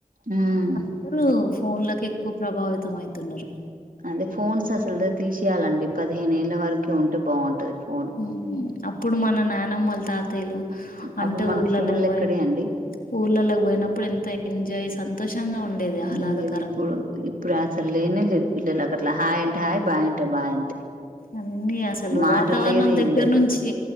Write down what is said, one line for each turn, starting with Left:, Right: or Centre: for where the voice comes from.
Right: ఉమ్
Left: అందరూ ఫోన్లలకు ఎక్కువ ప్రభావితం అయితున్నారు
Right: అదే ఫోన్స్ అసలు తీసేయాలండి పదిహేనళ్ళ వరక ఉంటే బాగుంటది ఫోన్
Left: మ్ అప్పుడు మన నానమ్మోలు తాత తెలు
Right: అప్పుడు
Left: అంటే
Right: మనకు
Left: ఊళ్ళలో
Right: ఫోన్లు
Left: పోయి
Right: ఎక్కడే అండి
Left: ఊర్ళలో పోయినప్పుడు ఎంత ఎంజాయ్ సంతోషంగా ఉండేది ఆహ్లాదకరంగా
Right: ఉండేది ఇప్పుడు ఇప్పుడు అసలు లేనే లేదు పిల్లలు అట్లా హాయ్ అంటే హాయ్ బాయ్ అంటే బాయ్ అంతే
Left: అన్నీ అసలు
Right: మాటలు
Left: వాతావరణం
Right: లేదు ఏం
Left: దగ్గర
Right: లేదు
Left: నుంచి